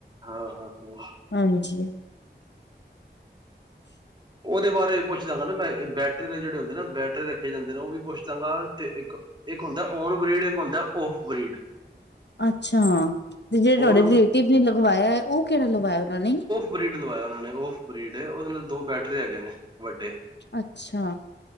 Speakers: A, on the right; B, on the left.
A: ਹਾਂ-ਹਾਂ-ਹਾਂ।
B: ਹਾਂਜੀ।
A: ਓਦੇ ਬਾਰੇ ਵੀ ਪੁੱਛਦਾਂਗਾ ਨਾ ਮੈਂ ਬੈਟਰੀ ਦੇ ਜਿਹੜੇ ਹੁੰਦੇ ਨਾ ਬੈਟਰੇ ਰੱਖੇ ਜਾਂਦੇ ਨੇ ਓ ਵੀ ਪੁੱਛਦਾਂਗਾ ਤੇ ਇੱਕ ਇੱਕ ਹੁੰਦਾ ਓਨ ਬਰੀਡ ਇੱਕ ਹੁੰਦਾ ਓਫ ਬਰੀਡ।
B: ਅੱਛਾ ਤੇ ਜੇੜੇ ਤੁਹਾਡੇ
A: ਓਨ
B: ਰਿਲੇਟਿਵ ਨੇ ਲਗਵਾਇਆ ਐ ਓ ਕਿਹੜਾ ਲਵਾਇਆ ਓਨਾਂ ਨੇ।
A: ਬ੍ਰਿਡ ਲਵਾਇਆ ਉਹਨਾਂ ਨੇ ਓਫ ਬ੍ਰਿਡ ਓਦੇ ਨਾਲ ਦੋ ਬੈਟਰੇ ਹੈਗੇ ਨੇ ਵੱਡੇ।
B: ਅੱਛਾ।